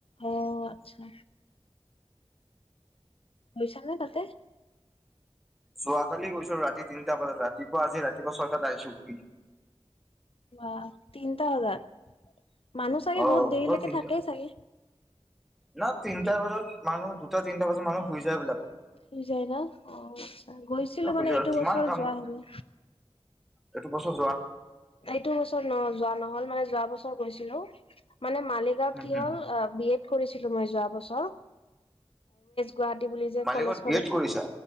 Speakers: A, on the left; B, in the centre.
A: অ', আচ্ছা। গৈছা নে তাতে?
B: যোৱাকালি গৈছো ৰাতি তিনটা বজাত, ৰাতিপুৱা আজি ৰাতিপুৱা ছয়টাত আহিছো ঘূৰি।
A: বা তিনটা বাজাত। মানুহ চাগে
B: অ
A: বহুত দেৰিলৈকে
B: অ তিনটা
A: থাকেই চাগে?
B: না তিনটা বজাত মানুহ দুটা তিনটা বজাত মানুহ শুই যায় এইবলাক।
A: হৈ যায় ন অ' গৈছিলো
B: হৈ
A: মানে
B: যায়
A: এইটো
B: আৰু কিমান
A: বছৰ
B: কাম
A: যোৱা হলে।
B: এইটো বছৰত
A: এইটো বছৰত ন যোৱা নহল মানে যোৱা বছৰ গৈছিলো। মানে মালিগাঁত
B: উম
A: কি
B: হম
A: হ'ল বি এড কৰিছিলো মই যোৱা বছৰ গুৱাহাটী বুলি যে
B: মালিগাঁৱত
A: কলেজ
B: বি
A: খন
B: এড
A: আছে,
B: কৰিছা